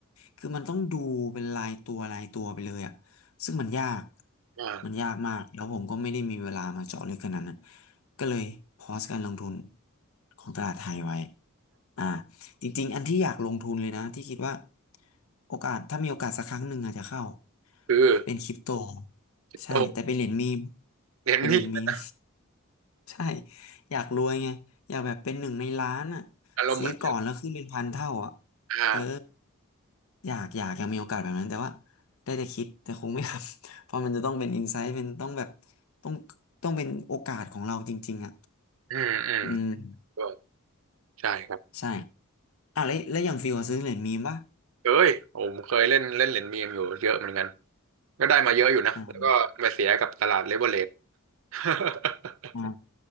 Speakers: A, on the left (about 70°); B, on the right (about 65°).
A: คือมันต้องดูเป็นรายตัวรายตัวไปเลยอ่ะ ซึ่งมันยาก
B: อ่า
A: มันยากมากแล้วผมก็ไม่ได้มีเวลามาเจาะลึกขนาดนั้น ก็เลยพอสการลงทุนของตลาดไทยไว้ อ่าจริงๆอันที่อยากลงทุนเลยนะ ที่คิดว่าโอกาส ถ้ามีโอกาสสักครั้งหนึ่งอาจจะเข้า
B: คือ
A: เป็นคริปโต
B: คริปโต
A: ใช่ แต่เป็นเหรียญมีม
B: เน้นนี่มัน
A: เป็นเหรียญมีม ใช่อยากรวยไงอยากแบบเป็นหนึ่งในล้านอ่ะ
B: อารมณ์เหมือนคือ
A: ซื้อก่อนแล้วขึ้นเป็นพันเท่าอ่ะ
B: อ่า
A: เอออยากอยากยังมีโอกาสแบบนั้นแต่ว่าได้แต่คิดแต่คงไม่ทำ <laughs> เพราะมันจะต้องเป็นอินไซต์เป็นต้องแบบต้องต้องเป็นโอกาสของเราจริงๆอ่ะ
B: อืมอืม
A: อืม
B: ก็ใช่ครับ
A: ใช่อ่ะแล้วแล้วอย่างฟิวอะซื้อเหรียญมีมป่ะ
B: เคยผมเคยเล่นเล่นเหรียญมีมอยู่เยอะเหมือนกัน ก็ได้มาเยอะอยู่นะ
A: อ่า
B: แล้วก็มาเสียกับตลาดเลเวอเรจ <laughs>
A: อ่า